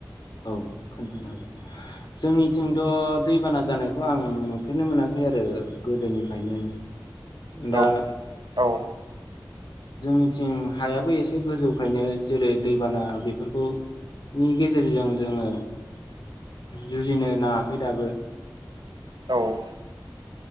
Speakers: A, on the left; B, on the right.
A: औ खोन्थानो हागोन। जोंनिथिंथ' दैबाना जानायखौ आं नुफेरनो मोनाखै आरो गोदोनिफ्रायनो। दा
B: औ औ
A: जोंनिथिं हायाबो एसे गोजौखायनो जेरै दैबाना बेफोरखौ नि गेजेरजों जोङो जुजिनो नाङाखै दाबो।
B: औ